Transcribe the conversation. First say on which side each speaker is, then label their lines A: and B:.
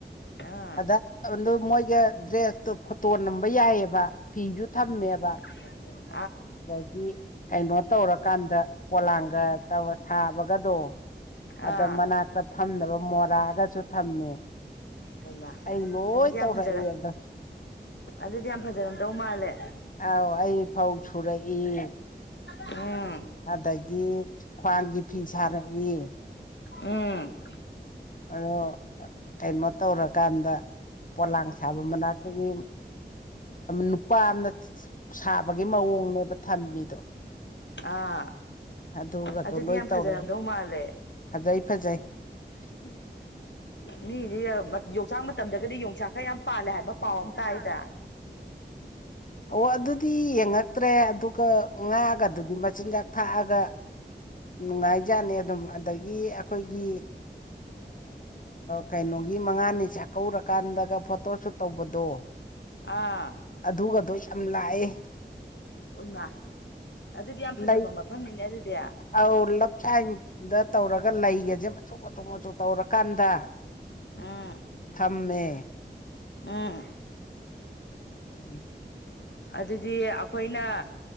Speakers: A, on the left; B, on the left.
A: ꯑꯥ
B: ꯑꯗ ꯑꯗꯨ ꯃꯣꯏꯒ ꯗ꯭ꯔꯦꯁ ꯐꯣꯇꯣ ꯅꯝꯕ ꯌꯥꯏꯑꯕ ꯐꯤꯁꯨ ꯊꯝꯃꯦꯕ
A: <inaudible>
B: ꯑꯗꯒꯤ ꯀꯩꯅꯣ ꯇꯧꯔꯀꯥꯟꯗ ꯄꯣꯂꯥꯡꯒ ꯁꯥꯕꯒꯗꯣ ꯑꯗꯣ
A: ꯑꯥ
B: ꯃꯅꯥꯛꯇ ꯐꯝꯅꯕ ꯃꯣꯔꯥꯒꯁꯨ ꯊꯝꯃꯦ
A: ꯍꯩꯃ
B: ꯑꯩ ꯂꯣꯏ
A: ꯑꯗꯨꯗꯤ ꯌꯥꯝ
B: ꯇꯧꯔꯛꯑꯦ
A: ꯐꯖꯔ
B: ꯑꯗꯣ
A: ꯑꯗꯨꯗꯤ ꯌꯥꯝ ꯐꯖꯔꯝꯗꯧ ꯃꯥꯜꯂꯦ
B: ꯑꯥꯎ ꯑꯩ ꯐꯧ ꯁꯨꯔꯛꯏ
A: ꯎꯝ
B: ꯑꯗꯒꯤ ꯈ꯭ꯋꯥꯡꯒꯤ ꯐꯤ ꯁꯥꯔꯛꯏ
A: ꯎꯝ
B: ꯑꯗꯣ ꯀꯩꯅꯣ ꯇꯧꯔꯀꯥꯟꯗ ꯄꯣꯂꯥꯡ ꯁꯥꯕ ꯃꯅꯥꯛꯇꯒꯤ ꯅꯨꯄꯥ ꯑꯃꯅ ꯒꯤ ꯃꯑꯣꯡꯅꯦꯕ ꯊꯝꯃꯤꯗꯣ
A: ꯑꯥ
B: ꯑꯗꯨꯒꯗꯣ
A: ꯑꯗꯨꯗꯤ
B: ꯂꯣꯏ
A: ꯌꯥꯝ
B: ꯇꯧꯔꯛꯑꯦ
A: ꯐꯖꯔꯝꯗꯧ ꯃꯥꯜꯂꯦ
B: ꯐꯖꯩ ꯐꯖꯩ <unintelligible>
A: ꯃꯤꯗꯤ ꯌꯣꯡꯆꯥꯛ ꯃꯇꯝꯗꯒꯗꯤ ꯌꯣꯡꯆꯥꯛꯀ ꯌꯥꯝ ꯄꯥꯜꯂꯦ ꯍꯥꯏꯕ ꯄꯥꯎ ꯑꯃ ꯇꯥꯏꯗ
B: ꯑꯣ ꯑꯗꯨꯗꯤ ꯌꯦꯡꯉꯛꯇ꯭ꯔꯦ ꯑꯗꯨꯒ ꯉꯥꯛꯑꯒꯗꯨꯗꯤ ꯃꯆꯤꯟꯖꯥꯛ ꯊꯥꯛꯑꯒ ꯅꯨꯡꯉꯥꯏꯖꯥꯅꯤ ꯑꯗꯨꯝ ꯑꯗꯒꯤ ꯑꯩꯈꯣꯏꯒꯤ ꯀꯩꯅꯣꯒꯤ ꯃꯉꯥꯅꯤ ꯆꯥꯛꯀꯧꯔꯀꯥꯟꯗꯒ ꯐꯣꯇꯣ ꯁꯨꯠ ꯇꯧꯕꯗꯣ
A: ꯑꯥ
B: ꯑꯗꯨꯒꯗꯣ ꯌꯥꯝ ꯂꯥꯛꯑꯦ
A: ꯎꯟꯃꯥ ꯑꯗꯨꯗꯤ ꯌꯥꯝ ꯐꯖꯕ
B: ꯂꯩ
A: ꯃꯐꯝꯅꯤꯅꯦ ꯑꯗꯨꯗꯤ
B: ꯑꯧ ꯂꯞꯁꯥꯏꯗ ꯇꯧꯔꯒ ꯂꯩꯒꯁꯦ ꯃꯆꯨ ꯃꯆꯨ ꯃꯆꯨ ꯇꯧꯔꯀꯥꯟꯗ
A: ꯎꯝ
B: ꯊꯝꯃꯦ
A: ꯎꯝ
B: ꯎꯝ
A: ꯑꯗꯨꯗꯤ ꯑꯩꯈꯣꯏꯅ